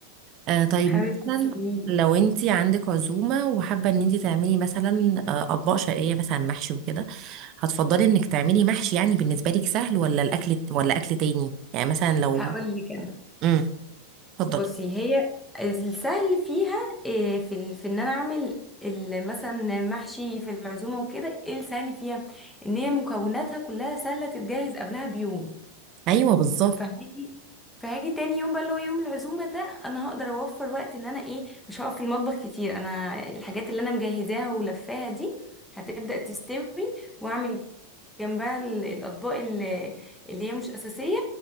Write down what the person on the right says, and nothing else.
آه طيب
مثلا
لو انت عندك عزومة وحابة ان انت تعملي مثلا آه أطباق شرقية مثلا محشي وكده هتفضلي انك تعملي محشي يعني بالنسبة لك سهل ولا الأكل ولا أكل تاني يعني مثلا لو
امم اتفضلي
ايوه بالظبط